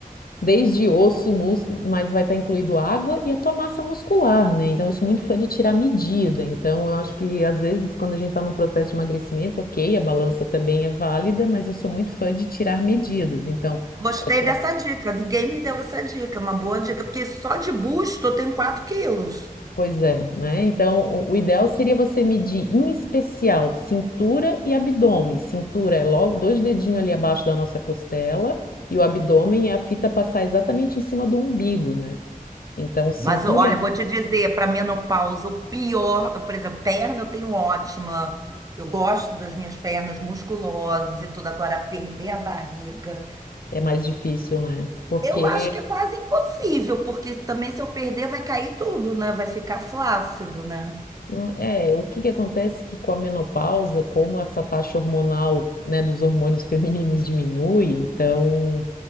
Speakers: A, on the left; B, on the right.
A: desde osso, músculo, mas vai estar incluído água e a tua massa muscular, né? Então, eu sou muito fã de tirar medida. Então, eu acho que às vezes, quando a gente está num processo de emagrecimento, ok, a balança também é válida, mas eu sou muito fã de tirar medidas. Então,
B: Gostei
A: pode tirar.
B: dessa dica. Ninguém me deu essa dica, uma boa dica, porque só de busto eu tenho 4 quilos.
A: Pois é, né? Então, o, o ideal seria você medir, em especial, cintura e abdômen. Cintura é logo dois dedinhos ali abaixo da nossa costela, e o abdômen é a fita passar exatamente em cima do umbigo, né? Então, cintura
B: Mas olha, eu vou te dizer, para menopausa, o pior, por exemplo, perna eu tenho ótima. Eu gosto das minhas pernas musculosas e tudo. Agora, perder a barriga.
A: É mais difícil, né? Porque
B: Eu acho que é quase impossível, porque também se eu perder vai cair tudo, né? Vai ficar flácido, né?
A: não- é, o que que acontece que com a menopausa, como essa taxa hormonal, né, dos hormônios femininos diminui, então